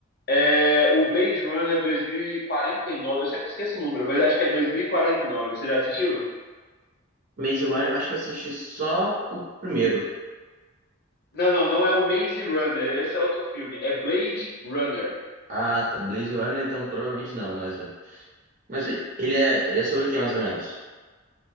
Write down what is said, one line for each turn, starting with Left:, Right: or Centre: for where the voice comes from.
Left: É o Blade Runner 2049, eu sempre esqueço o número, mas acho que é dois mil e e quarenta e nove. Você já assistiu?
Right: Maze Runner, eu acho que eu assisti só o primeiro.
Left: Não, não, não é o Maze Runner, esse é outro filme, é Blade Runner.
Right: Ah, tá. Maze Runner, então provavelmente não, mas. Mas ele é, ele é sobre o que, mais ou menos?